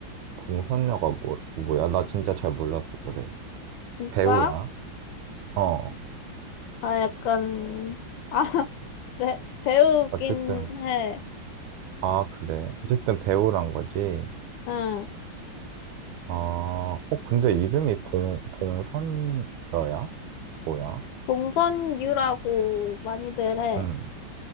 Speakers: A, on the right; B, on the left.
A: 봉선녀가 뭐 뭐야? 나 진짜 잘 몰라서 그래.
B: 진짜?
A: 배우야? 어
B: 아, 약간 아, <laughs> 배, 배우긴
A: 어쨌든
B: 해.
A: 아 그래 어쨌든 배우란 거지.
B: 응.
A: 아, 어, 근데 이름이 봉, 봉선여야? 뭐야?
B: 봉선유라고 많이들 해.
A: 음,